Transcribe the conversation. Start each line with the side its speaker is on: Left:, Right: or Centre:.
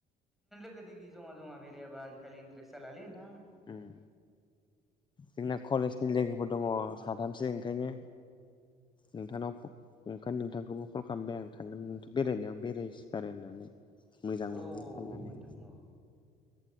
Centre: गोदो जमा जमा बेरायाबा आजिखालि इन्ट्रेस जालालै नोंथां
Left: होम जोंना कलेजनि लोगोफोर दङ साथामसो ओंखायनो नोंथांनाव ओंखायनो नोंथांखौबो कल खालामबाय आं थांगोनोंथ' बेरायनायाव बेरायसिगारो होननानै मोजां मोनो
Centre: औ औ औ
Left: साननानै
Centre: नोंथां औ